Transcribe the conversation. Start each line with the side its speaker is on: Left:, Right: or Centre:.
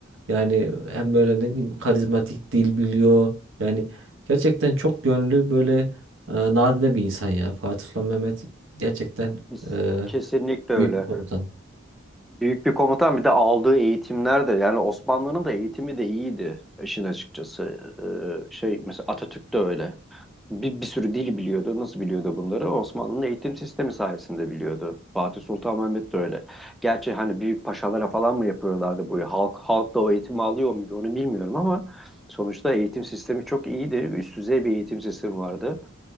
Right: Yani hem böyle ne diyeyim karizmatik dil biliyor. Yani gerçekten çok yönlü böyle e, nadide bir insan ya. Fatih Sultan Mehmet gerçekten
Centre: biz
Right: e,
Centre: kesinlikle
Right: büyük
Centre: öyle.
Right: bir komutan.
Centre: Büyük bir komutan bir de aldığı eğitimler de yani Osmanlı'nın da eğitimi de iyiydi işin açıkçası. Ee, şey mesela Atatürk de öyle. bir, bir sürü dili biliyordu. Nasıl biliyordu bunları? Osmanlı'nın eğitim sistemi sayesinde biliyordu. Fatih Sultan Mehmet de öyle. Gerçi hani büyük paşalara falan mı yapıyorlardı bu? Halk, halk da o eğitimi alıyor muydu onu bilmiyorum ama sonuçta eğitim sistemi çok iyiydi. Üst düzey bir eğitim sistemi vardı.